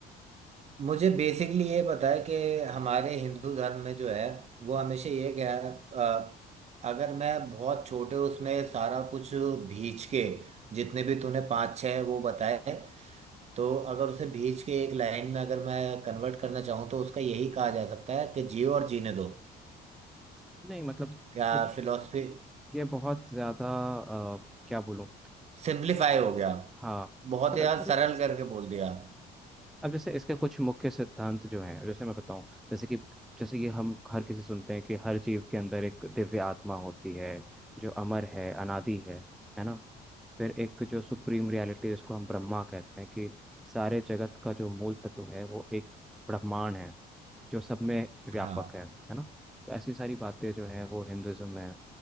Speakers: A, on the right; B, in the centre.
A: मुझे बेसिकली ये पता है कि हमारे हिंदू धर्म में जो है वो हमेशा ये गया अ, अगर मैं बहुत छोटे उसमें सारा कुछ भींच के जितने भी तूने पाँच छः वो बताए तो अगर उसे भींच के एक लाइन में अगर मैं कन्वर्ट करना चाहूँ तो उसका यही कहा जा सकता है कि जियो और जीने दो
B: नहीं मतलब
A: क्या
B: कुछ
A: फिलोसफी
B: ये बहुत ज़्यादा अ, क्या बोलूँ
A: सिंप्लीफाई हो गया
B: हाँ
A: बहुत
B: पर
A: ही ज्यादा
B: मतलब
A: सरल करके बोल दिया
B: अब जैसे इसके कुछ मुख्य सिद्धांत जो हैं जैसे मैं बताऊं जैसे कि जैसे ये हम हर किसी सुनते हैं कि हर जीव के अंदर एक दिव्य आत्मा होती है जो अमर है अनादि है है ना फिर एक जो सुप्रीम रियलिटी जिसको हम ब्रह्मा कहते हैं कि सारे जगत का जो मूल तत्व है वो एक ब्रह्मांड है जो सब में व्यापक
A: हाँ
B: है है ना तो ऐसी सारी बातें जो हैं वो हिंदुज्म में है